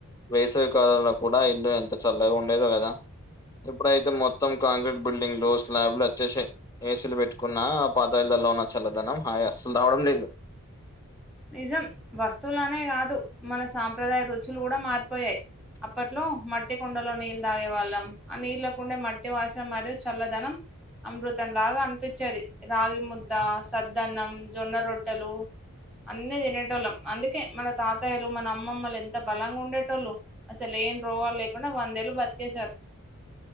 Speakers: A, on the left (about 15°); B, in the centre.
A: వేసవికాలంలో కూడా ఇల్లు ఎంత చల్లగా ఉండేదో కదా ఇప్పుడైతే మొత్తం కాంక్రీట్ బిల్డింగ్లు స్లాపులు వచ్చేసయి ఏసీలు పెట్టుకున్నా పాత ఇళ్లలో ఉన్న చల్లదనం అయి అసలు రావడం లేదు
B: నిజం వస్తువులు అనే కాదు మన సాంప్రదాయ రుచులు కూడా మారిపోయాయి అప్పట్లో మట్టి కుండలో నీళ్ళు తాగేవాళ్ళం ఆ నీళ్ కుండే మట్టి వాసన మరియు చల్లదనం అమృతం లాగా అనిపిచేది రాగి ముద్ద సద్దన్నం జొన్న రొట్టెలు అన్నీ తినేటోళ్ళం అందుకే మన తాతయలు మన అమ్మమ్మలు ఎంత బలంగా ఉండేటోళ్ళు అసలు ఏం రోగాలు లేకుండా వందేళ్ళు బతికేసారు.